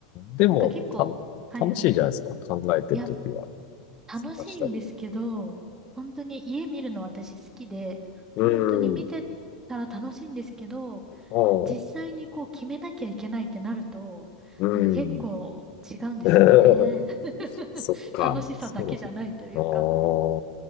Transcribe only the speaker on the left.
でも、
た、
楽しいじゃないですか。考えてるときは。
探したと。
うん。
うん。うん。
うん。
<laughs>
そっか。
そうです。ああ。